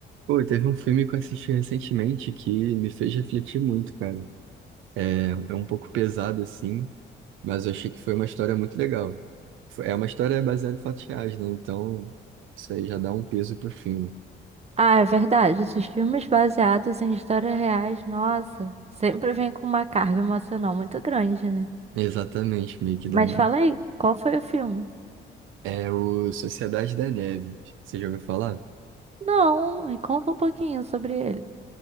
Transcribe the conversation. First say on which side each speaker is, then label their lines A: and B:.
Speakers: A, on the right (about 80°); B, on the right (about 30°).
A: Pô, teve um filme que eu assisti recentemente que me fez refletir muito, cara. É, é um pouco pesado assim, mas eu achei que foi uma história muito legal. Foi- É uma história baseada em fatos reais, né? Então, isso aí já dá um peso pro filme.
B: Ah, é verdade. Esses filmes baseados em histórias reais, nossa, sempre vem com uma carga emocional muito grande, né?
A: Exatamente, meio que dá
B: Mas
A: um.
B: fala aí, qual foi o filme?
A: É o Sociedade da Neve. Você já ouviu falar?
B: Não, me conta um pouquinho sobre ele.